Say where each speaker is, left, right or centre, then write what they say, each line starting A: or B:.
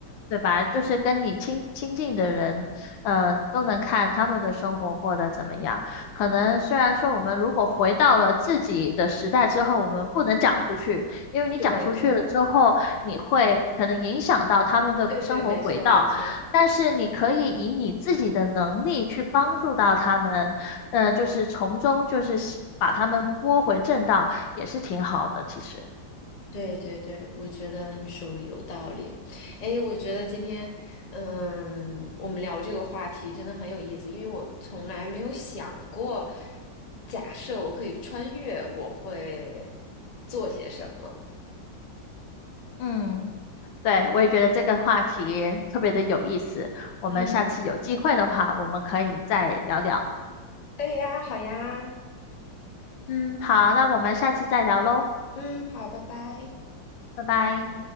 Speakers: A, on the left; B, on the left.
A: 对吧？就是跟你亲亲近的人，呃，都能看他们的生活过得怎么样。可能虽然说我们如果回到了自己的时代之后，
B: 嗯。
A: 我们不能讲出去，因为你讲出去了之后，
B: 对对
A: 你会可能影响到他们的生活轨道。
B: 对对，没错没错，
A: 但是你可以以你自己的能力去帮助到他们，呃，就是从中就是把他们拨回正道，也是挺好的，其实。
B: 对对对，我觉得你说的有道理。哎，我觉得今天，嗯，我们聊这个话题真的很有意思，因为我从来没有想过，假设我可以穿越，我会做些什么。
A: 嗯，对，我也觉得这个话题特别的有意思，我们下次有机会的话，
B: 嗯，
A: 我们可以再聊聊。
B: 可以呀，好呀，
A: 嗯，好，那我们下次再聊喽，
B: 嗯，好，拜拜。
A: 拜拜。